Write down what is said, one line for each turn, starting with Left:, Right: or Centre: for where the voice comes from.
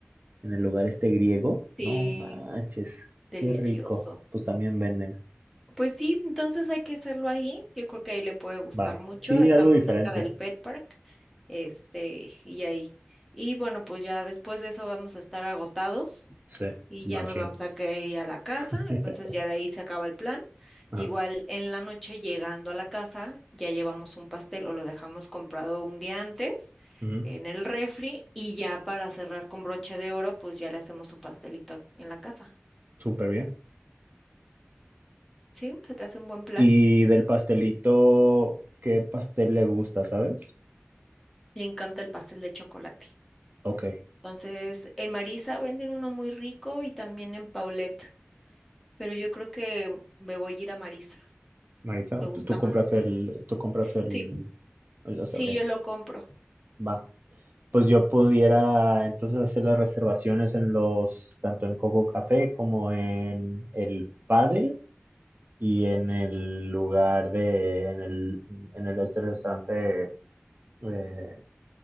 Right: en el lugar este griego?
Centre: Sí,
Right: No manches,
Centre: delicioso.
Right: qué rico. Pues también venden.
Centre: Pues sí, entonces hay que hacerlo ahí. Yo creo que ahí le puede gustar
Right: Va,
Centre: mucho.
Right: sí,
Centre: Estamos
Right: algo diferente.
Centre: cerca del Pet Park, este, y ahí. Y bueno, pues ya después de eso vamos a estar agotados
Right: Sí,
Centre: y
Right: machín.
Centre: ya nos vamos a querer ir a la casa.
Right: <laughs>
Centre: Entonces ya de ahí se acaba el plan.
Right: Ajá.
Centre: Igual en la noche llegando a la casa ya llevamos un pastel o lo dejamos comprado un día antes
Right: ujú,
Centre: en el refri y ya para cerrar con broche de oro, pues ya le hacemos su pastelito en la casa.
Right: Súper bien.
Centre: ¿Sí? ¿Se te hace un buen plan?
Right: Y del pastelito, ¿qué pastel le gusta, sabes?
Centre: Le encanta el pastel de chocolate.
Right: Ok.
Centre: Entonces, en Marisa venden uno muy rico y también en Paulette, pero yo creo que me voy a ir a Marisa,
Right: Marisa,
Centre: me gusta
Right: tú, tú compras
Centre: más.
Right: el,
Centre: Mm,
Right: tú compras el,
Centre: Sí,
Right: el- o sea,
Centre: sí,
Right: ok,
Centre: yo lo compro.
Right: va. Pues yo pudiera entonces hacer las reservaciones en los, tanto en Coco Café como en el Padel y en el lugar de, en el, en el este restaurante eh,